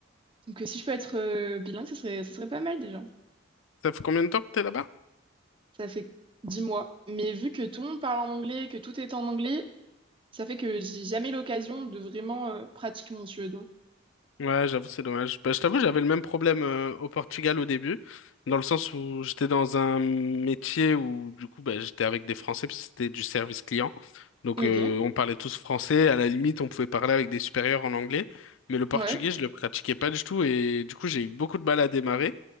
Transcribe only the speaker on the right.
Donc euh, si je peux être euh, bilingue, ce serait, ce serait pas mal déjà.
Ça fait dix mois. Mais vu que tout le monde parle en anglais, que tout est en anglais, ça fait que j'ai jamais l'occasion de vraiment euh, pratiquer mon suédois.
Ok.
Ouais.